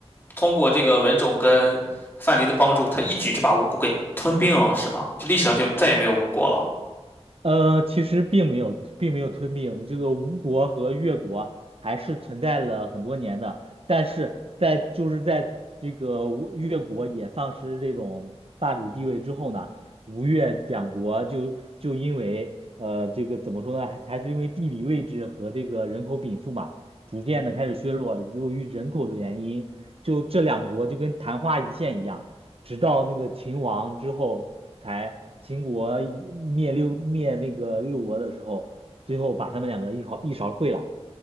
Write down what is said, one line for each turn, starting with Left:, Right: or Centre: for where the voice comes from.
Left: 通过这个文种跟范蠡的帮助，他一举就把吴国给吞并了，是吗？就历史上就再也没有吴国了。
Right: 呃，其实并没有，并没有吞并这个吴国和越国还是存在了很多年的，但是在就是在这个吴越国也丧失这种霸主地位之后呢，吴越两国就就因为呃这个怎么说呢，还还是因为地理位置和这个人口禀赋嘛，逐渐的开始削弱，由于人口的原因，就这两国就跟昙花一现一样。直到那个秦王之后，才秦国一灭六灭那个六国的时候，最后把他们两个一毫一勺烩了。